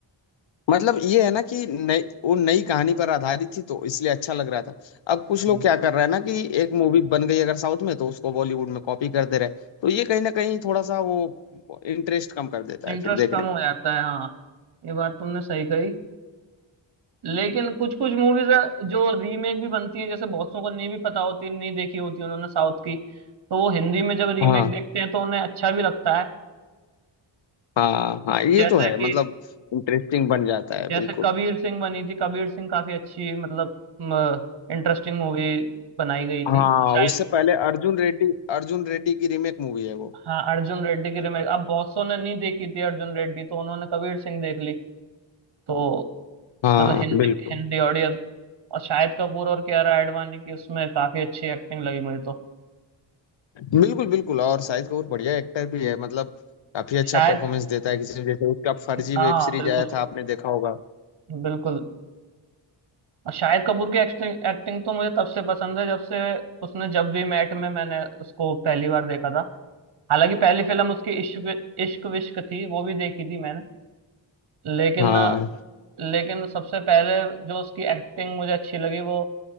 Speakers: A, on the left; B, on the right.
A: मतलब ये है ना कि नई वो नई कहानी पर आधारित थी तो इसलिए अच्छा लग रहा था अब कुछ लोग
B: जी
A: क्या कर रहे हैं ना कि एक मूवी बन गई अगर साउथ में तो उसको बॉलीवुड में कॉपी कर दे रहे हैं। तो ये कहीं ना कहीं थोड़ा सा वो इंटरेस्ट कम कर देता
B: इंटरेस्ट
A: है फिर देखने
B: कम
A: में।
B: हो जाता है हाँ ये बात तुमने सही कही लेकिन कुछ कुछ मूवीज जो रीमेक भी बनती हैं जैसे बहुत लोगों को नहीं भी पता होती नहीं देखी होती उन्होंने साउथ की तो वो हिंदी में जब रीमेक
A: हाँ
B: देखते हैं तो उन्हें अच्छा भी लगता है
A: हाँ हाँ ये
B: जैसे
A: तो है
B: कि
A: मतलब इंटरेस्टिंग बन जाता है
B: जैसे
A: बिल्कुल
B: कबीर सिंह बनी थी कबीर सिंह काफी अच्छी मतलब इंटरेस्टिंग मूवी बनाई गई थी
A: हाँ
B: और शायद
A: उससे पहले अर्जुन रेड्डी अर्जुन रेड्डी की रीमेक मूवी है वो
B: हाँ अर्जुन रेड्डी की रिमेक अब बहुत सौ ने नहीं देखी थी अर्जुन रेड्डी तो उन्होंने कबीर सिंह देख ली तो
A: हाँ
B: मतलब हिंदी
A: बिल्कुल
B: हिंदी ऑडियंस और शाहिद कपूर और कियारा आडवाणी की उसमें काफी अच्छी एक्टिंग लगी मुझे तो
A: बिल्कुल बिल्कुल और शाहिद कपूर बढ़िया एक्टर भी है मतलब काफी अच्छा
B: शायद
A: परफॉर्मेंस देता है किसी जैसे उसका फर्जी
B: हाँ
A: वेब सीरीज
B: बिल्कुल
A: आया था आपने देखा होगा
B: बिल्कुल और शाहिद कपूर की एक्टिंग एक्टिंग तो मुझे तब से पसंद है जब से उसने जब भी मैट में मैंने उसको पहली बार देखा था हालांकि पहली फिल्म उसकी इश्क इश्क विश्क थी वो भी देखी थी मैंने लेकिन
A: हाँ
B: लेकिन सबसे पहले जो उसकी एक्टिंग मुझे अच्छी लगी वो